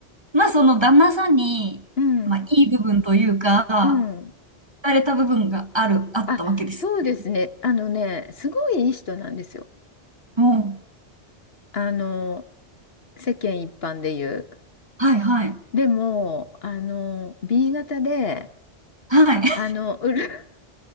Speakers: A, on the right (about 25°); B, on the left (about 60°).
A: まあ、その旦那さんに、
B: うん、
A: まあ、いい部分というか、惹
B: うん。
A: かれた部分がある、あったわけですよね。
B: あ、そうですね。あのね、すごいいい人なんですよ。
A: も
B: あの、世間一般で言う。
A: う、はい、はい、
B: でも、あの、B 型で、
A: はい、<laughs>
B: あの、うる、